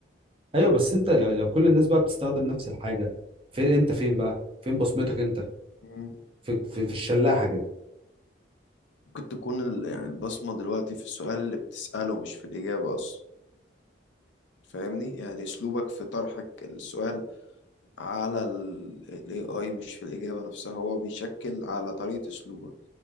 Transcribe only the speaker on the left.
مم.
ممكن تكون ال- يعني البصمة دلوقتي في السؤال اللي بتسأله مش في الإجابة أصلا فاهمني يعني أسلوبك في طرحك السؤال على ال ال AI مش في الإجابة نفسها هو بيشكل على طريقة أسلوبك